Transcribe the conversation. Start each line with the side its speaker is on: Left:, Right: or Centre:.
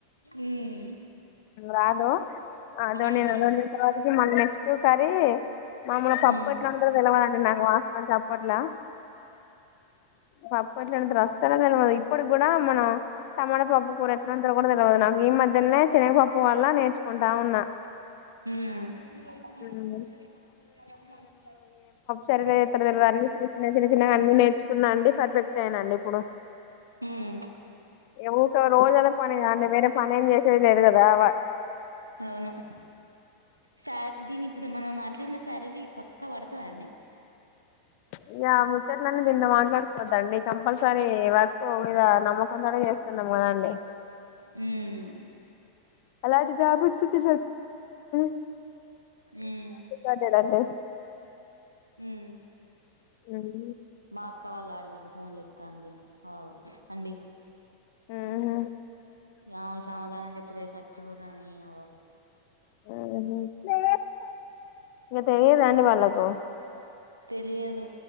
Right: ఉమ్
Left: రాదు అదో
Right: ఉమ్
Left: నే నల తర్వాతకి మళ్ళీ నె నువ్ కర్రీ మమ్మల్ని పప్పు
Right: ఉమ్
Left: ఎట్లా ఉంటో తెలవాలండి నాకు వాస్తవం చప్పట్లా పప్పు ఎట్ల ఎంతరు వస్తారా తెలియదు ఇప్పటికి కూడా మనం టమాటో పప్పు కూర ఎట్లాంత కూడా తెలియదు నాకు ఈ మధ్యనే చినగపప్పు వల్ల నేర్చుకుంటా ఉన్నా
Right: హ్మ్మ్
Left: ఉమ్. సరిగా ఎ తరురదు అన్నిన్న చిన్న చిన్న చిన్నగా అన్నన్ని నేర్చుకున్నా అండి పర్ఫెక్ట్ అయిన అండి ఇప్పుడు
Right: ఉమ్
Left: <inaudible> ఎ ఊకా రోజదా పనిగా అంట వేర పనం చేసేదిలేదు కదావా
Right: అవును శార దీని ఇప్పుడు మనం మాట్లాడిన శారరీ పక్క పడతు అండి
Left: ఇక ముచ్చట్ అన్నీ దింట్లో మాట్లాడు కోవద్దు అండి కంపల్సరి వర్క్ మీద నమ్మకం తోనే చేస్తున్నం కాదండి
Right: హ్మ్మ్
Left: ఏంటి జాబ్ వచుంటే <unintelligible>
Right: హ్మ్మ్
Left: అదేనండి
Right: ఉమ్
Left: హ్మ్మ్
Right: మా అక్క వాళ్ళ ఆడబిడ్డ ఫోన్ చేస్తా అంది అండి
Left: ఉహు
Right: ఆమెకు సమాధానం చెప్పతే చచ్చిపోతా నిఅవ
Left: ఆహ ఇకా తెలిదా అండి వాళ్ళకు
Right: తెలియదు